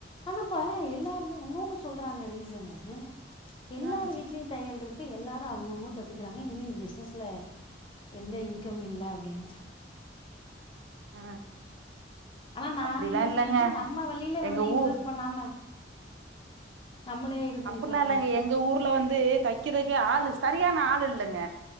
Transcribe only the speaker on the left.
ஆனாப்பா எல்லாருமே இன்னொன்னு சொல்றாங்க ரீசனு எல்லார்
வீட் லி தையல் இருக்கு எல்லாரு அவ்ங்கவுங்க கத்துக்குறாங்க இனிமே இந் பிஸ்னஸ்ல என்ன இன்கம் இல்ல அப்டின்னு
அனா நா
என்ன
சொன்னேன்னா நம்ம வழியில வந்து
இன்ட்ரெஸ்ட்
பண்ணாம நம்மளே இது பண்ணிக்கலாம்ல